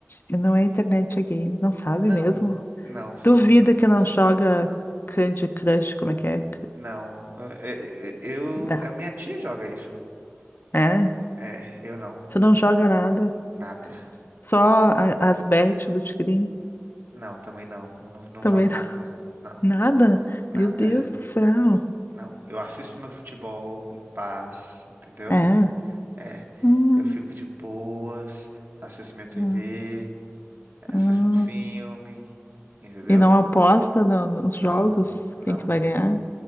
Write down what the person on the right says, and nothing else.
Não,
não, foi
muito ruim.
Não, é, é, é, eu,
a minha tia joga isso.
É, eu não,
nada.
Não, também não. Eu não, não
jogo nada. Não,
nada.
Não. Eu assisto meu futebol em paz, entendeu?
É.
Eu fico de boas, assisto minha TV,
assisto
um filme, entendeu?
Não,
não,